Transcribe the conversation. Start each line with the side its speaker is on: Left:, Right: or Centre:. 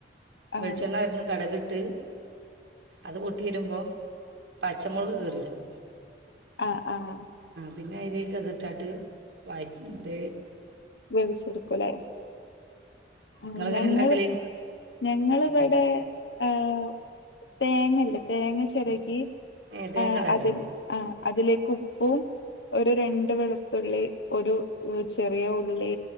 Left: ആഹ്
Right: വെളിച്ചെണ്ണായിരുന്നു കടകിട്ട് ട്ട് അത് പൊട്ടി വരുമ്പോൾ പച്ചമുളക് കീറിടും
Left: ആഹ ആഹ
Right: പിന്നെ അതിലൊക്കെതിട്ടായിട്ട് വായിത
Left: ഉപോഗിച്ചെടുക്കല്ലേ ആ
Right: നിങ്ങളെങ്ങനെ
Left: ഞങ്ങ
Right: ഉണ്ടാക്കല്
Left: ഞങ്ങള് ഇവിടെ ഹ് തേങ്ങല്ലേ തേങ്ങ ചിരകി
Right: ഏ തേങ്ങ
Left: ആ
Right: ഇടാറുണ്ടോ
Left: അതി ആ അതിലേക്ക് ഉപ്പും ഒരു രണ്ട് വെളുത്തുള്ളി ഒരു ചെറിയ പള്ളി